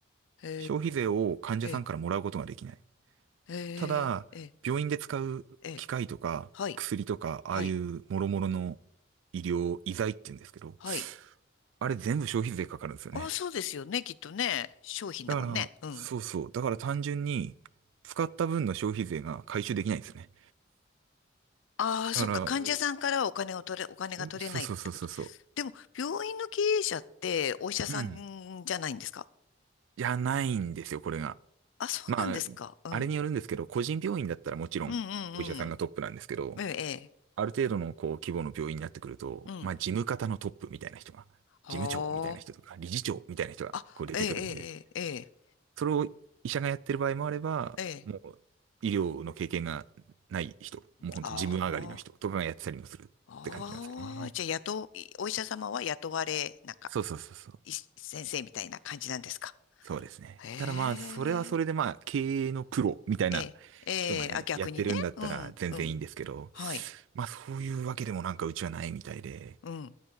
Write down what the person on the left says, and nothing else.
へ
え、ええ、へえ、
ええ、
ええはい、
はい、
はい。
あ、そうですよね、きっとね。商品だもんね。
うん。
ああ、そっか。
患者さんからはお金を取れ、
お金が取れないってこと。
でも、病院の経営者ってお医者さんじゃないんですか
あ、そうなんですか。
うん。
うんうんうん。
ええ、
ええ。うん。
は
あ。あ、ええ、ええ、ええ、
ええ。
ええ
ああ。ああ。じゃあ、雇う、お医者様は雇われ、なんか、
い先生みたいな感じなんですか
へ
え。
ええ、ええ、
あ、逆にね。
うん、うん。はい。
うん。